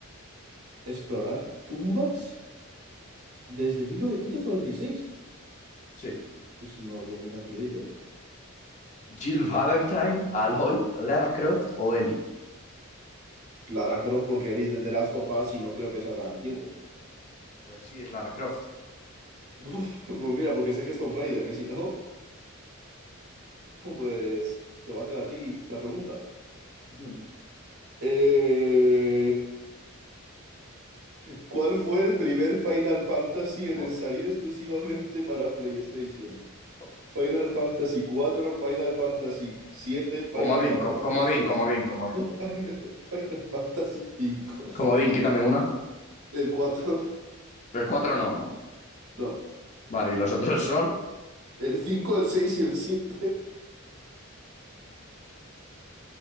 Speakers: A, on the right (about 85°); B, on the left (about 35°).
A: ¿Explorar tumbas? Desde 1996.
B: Sí.
A: Pues si no había ni nacido yo.
B: ¿Jill Valentine, Aloy, Lara Croft o Ellie?
A: Lara Croft porque eres de The Last of Us y no creo que sea tan antiguo.
B: Pues sí, es Lara Croft.
A: <laughs> Pues mira, porque sé que es Tomb Raider, que si no, <laughs> pues te voy a hacer a ti la pregunta.
B: Ujú.
A: Eh, ¿cuál fue el primer Final Fantasy
B: Joder,
A: en salir exclusivamente para PlayStation?
B: joder.
A: Final Fantasy cuatro, Final Fantasy siete, Final
B: Comodín,
A: Fantasy
B: com- comodín,
A: 6,
B: comodín, comodín
A: <laughs> Final,
B: yo.
A: Final Fantasy 5.
B: Comodín, quítame una.
A: El 4
B: Los cuatro no, ¿no?
A: no.
B: Vale, y los otros son
A: El 5, el 6 y el 7. <laughs>